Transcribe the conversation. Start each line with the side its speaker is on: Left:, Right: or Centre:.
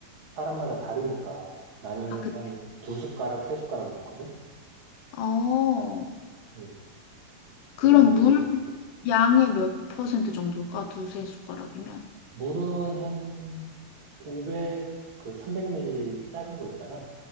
Right: 사람마다 다르니까 나는
Left: 아, 그치.
Right: 한 두 숟가락, 세 숟가락 넣거든?
Left: 어.
Right: 음,
Left: 그럼
Right: 그 정도
Left: 물
Right: 넣어주고.
Left: 양의 몇 퍼센트 정도일까? 두세 숟가락이면.
Right: 물은 한 500, 그 300ml 작은 거 있잖아.